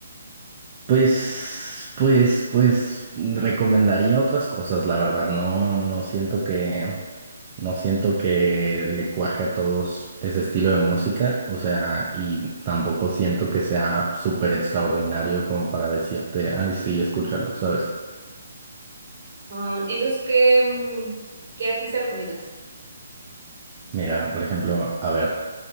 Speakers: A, on the right; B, on the right.
A: Pues, pues, pues recomendaría otras cosas, la verdad. No, no siento que, no siento que le cuaje a todos ese estilo de música. O sea, y tampoco siento que sea súper extraordinario como para decirte, ay, sí, escúchalo, ¿sabes?
B: Ah, entonces, ¿qué, mm, qué artista recomiendas?
A: Mira, por ejemplo, a ver,